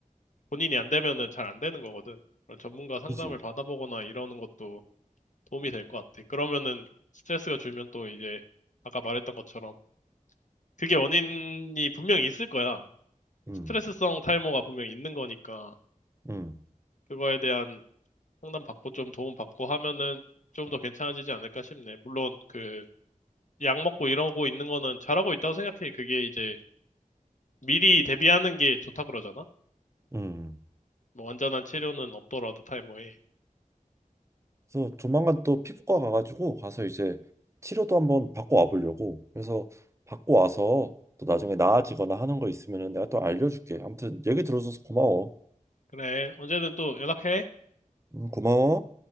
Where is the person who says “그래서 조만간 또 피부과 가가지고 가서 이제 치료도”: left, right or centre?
Right